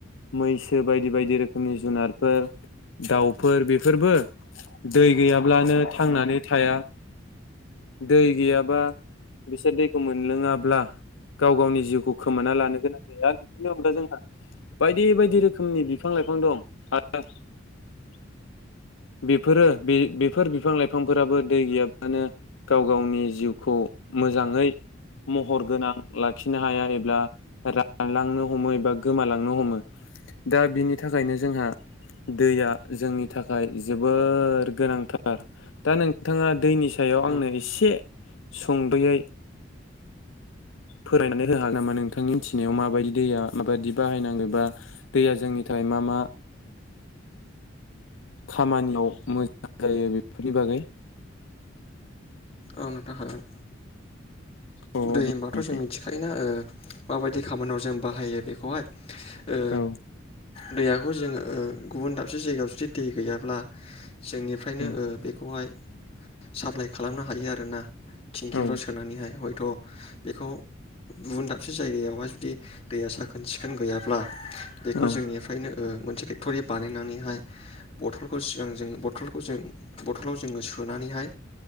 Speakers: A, on the left (about 80°); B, on the left (about 30°).
A: मैसो बायदि बायदि रोखोमनि जुनारफोर दाउफोर बेफोरबो दै गैयाब्लानो थांनानै थाया। दै गैयाबा बिसोर दैखौ मोनलोङाब्ला गाव गावनि जिउखौ खोमाना लानो गोनां बेफोरनि अनगा जोंहा बायदि बायदि रोखोमनि बिफां लाइफां दं। <unintelligible> बेफोरो बे बेफोर बिफां लाइफांफोराबो दै गैयाब्लानो गाव गावनि जिउखौ मोजाङै महर गोनां लाखिनो हाया एबा रानलांनो हमो एबा गोमालांनो हमो दा बिनि थाखायनो जोंहा दैया जोंनि थाखाय जोबोर गोनांथार दा नोंथाङा दैनि सायाव
B: औ
A: आंनो एसे सुंदयै फोरायनानै होआागोन नामा नोंथांनि मिथिनायाव माबायदि दैया माबायदि बाहायनांगौ बा दैया जोंनि थाखाय मा मा खामानियाव मोजां जायो बेफोरनि बागै?
B: औ नोंथां हागोन।
A: औ
B: दै
A: अब्ला
B: होनबाथ
A: एसे
B: जों मिथिखायोना? माबायदि खामानियाव जों बाहायो बेखौहाय ओ
A: औ
B: दैयाखौ जोङो गुबुन दाबसे जायगायाव जुदि दै गैयाब्ला जोंनिफ्रायनो
A: औ
B: ओ बेखौहाय साप्लाइ खालामनो हायो आरोना थिंखिफ्राव
A: औ
B: सोनानैहाय हय थ बेखौ गुबुन दाबसे जायगायावहाय जुदि दैया साखोन सिखोन गैयाब्ला बेखौ
A: औ
B: जोंनिफ्रायनो मोनसे फेक्टरि बानायनानैहाय बथलखौ सिगां जो बथलखौ जों बथलाव जोङो सोनानैहाय